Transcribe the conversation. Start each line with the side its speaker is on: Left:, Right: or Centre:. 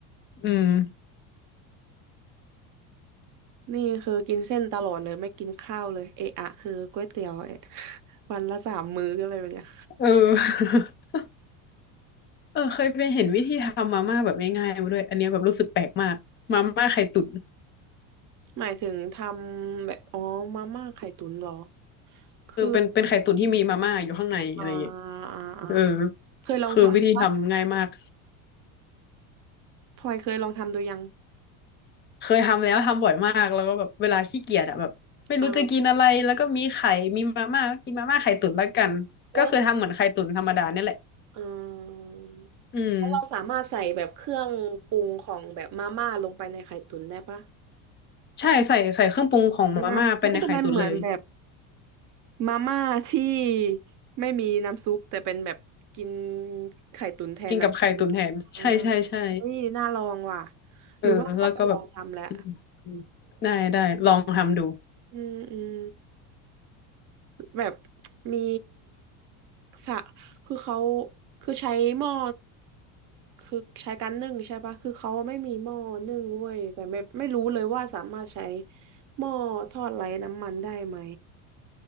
Left: อืม
Right: นี่คือกินเส้นตลอดเลยไม่กินข้าวเลยเอะอะคือก๋วยเตี๋ยวเอะ <laughs> วันละสามมื้ออะไรแบบเนี้ย
Left: เออ <laughs> เออเคยไปเห็นวิธีทำมาม่าแบบง่ายๆมาด้วยอันเนี้ยแบบรู้สึกแปลกมากมาม่าไข่ตุ๋น
Right: หมายถึงทำแบบอ๋อมาม่าไข่ตุ๋นเหรอคือ
Left: เออเป็นเป็นไข่ตุ๋นที่มีมาม่าอยู่ข้างในอะไรอย่างเงี้ย
Right: อ่าอ่าอ่าอ่า
Left: เออ
Right: เคยลองทำปะ
Left: คือวิธีทำง่ายมาก
Right: พลอยเคยลองทำดูยัง
Left: เคยทำแล้วทำบ่อยมากแล้วก็แบบเวลาขี้เกียจอะแบบไม่รู้จะกินอะไรแล้วก็มีไข่มีมาม่าก็กินมาม่าไข่ตุ๋นแล้วกันก็คือทำเหมือนไข่ตุ๋นธรรมดาเนี่ยแหละ
Right: อ่าแล้วอ่า
Left: อืม
Right: แล้วเราสามารถใส่แบบเครื่องปรุงของแบบมาม่าลงไปในไข่ตุ๋นได้ปะ
Left: ใช่ใส่ใส่เครื่องปรุงของมาม่าเป็นในไข่ตุ๋นเลย
Right: อ่ามันก็จะไม่เหมือนแบบ มาม่าที่ไม่มีน้ำซุปแต่เป็นแบบกินไข่ตุ๋นแทนน้ำซุปอ่า
Left: กินกับไข่ตุ๋นแทนใช่ใช่ใช่
Right: เฮ้ยน่าลองว่ะ
Left: เออแล้วก็แบบอืมอืมได้ได้ลองทำดู
Right: หรือว่าต้องไปลองทำแหละอืมอืมแบบมีสะคือเขาคือใช้หม้อคือใช้การนึ่งใช่ปะคือเขาไม่มีหม้อนึ่งเว้ยแต่ไม่ไม่รู้เลยว่าสามารถใช้หม้อทอดไร้น้ำมันได้ไหม